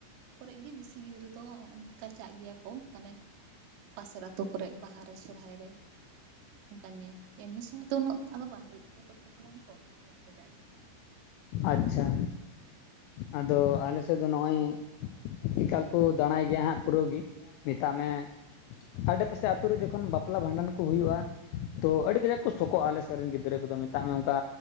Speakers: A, on the right (about 80°); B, on the left (about 85°).
A: ᱠᱚᱨᱮ ᱜᱮ ᱵᱮᱥᱤ ᱜᱤᱫᱽᱨᱟᱹ ᱫᱚ ᱚᱱᱠᱟ ᱪᱟᱜ ᱜᱮᱭᱟ ᱠᱚ ᱢᱟᱱᱮᱼᱼ ᱯᱟᱥᱮᱨ ᱟᱹᱛᱩᱳ ᱠᱚᱨᱮᱫ ᱵᱟᱦᱟᱨᱮ ᱥᱚᱨᱚᱦᱟᱭ ᱨᱮ ᱚᱱᱠᱟ ᱧᱮᱞ ᱮᱢᱱᱤ ᱥᱚᱢᱚᱭ ᱫᱚ ᱩᱱᱟᱹᱜ ᱫᱚ ᱵᱟᱝ ᱦᱩᱭᱩᱜ ᱜᱮᱭᱟ ᱛᱚ ᱯᱨᱳᱜᱨᱟᱢ ᱠᱚ ᱪᱟᱞᱟᱜ ᱜᱮᱭᱟ᱾
B: ᱟᱪᱪᱷᱟ ᱟᱫᱚ ᱟᱞᱮ ᱥᱮᱫ ᱫᱚ ᱱᱚᱜᱼᱚᱭ᱾ ᱮᱠᱟᱞ ᱠᱚ ᱫᱟᱬᱟᱭ ᱜᱮᱭᱟ ᱦᱟᱸᱜ ᱯᱩᱨᱟᱹ ᱜᱮ ᱢᱮᱛᱟᱜ ᱢᱮᱼᱼ ᱟᱰᱮᱯᱟᱥᱮ ᱟᱛᱳ ᱨᱮ ᱡᱚᱠᱷᱚᱱ ᱵᱟᱯᱞᱟ ᱵᱷᱟᱸᱰᱟᱱ ᱠᱚ ᱦᱩᱭᱩᱜᱼᱟ᱾ ᱛᱚ ᱟᱹᱰᱤ ᱠᱟᱡᱟᱠ ᱠᱚ ᱥᱚᱠᱚᱜᱼᱟ ᱟᱞᱮ ᱥᱮᱫ ᱨᱮᱱ ᱜᱤᱫᱽᱨᱟᱹ ᱠᱚᱫᱚ ᱢᱮᱛᱟᱜ ᱢᱮ ᱚᱱᱠᱟ